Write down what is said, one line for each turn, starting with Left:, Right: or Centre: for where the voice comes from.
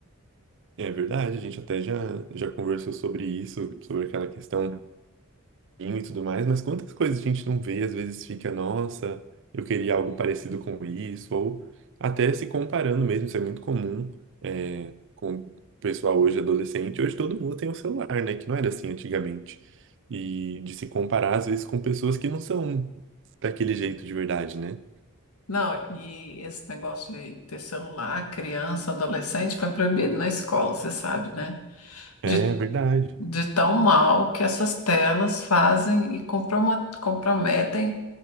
Right: É verdade, a gente até já, já conversou sobre isso, sobre aquela questão. e tudo mais, mas quantas coisas a gente não vê, às vezes fica, nossa, eu queria algo parecido com isso, ou até se comparando mesmo, isso é muito comum é, com o pessoal hoje adolescente. Hoje todo mundo tem um celular, né? Que não era assim antigamente. E de se comparar, às vezes, com pessoas que não são daquele jeito de verdade, né?
Left: Não, e esse negócio de ter celular, criança, adolescente, foi proibido na escola, você sabe, né?
Right: É
Left: De
Right: verdade.
Left: de tão mal que essas telas fazem e comproma- comprometem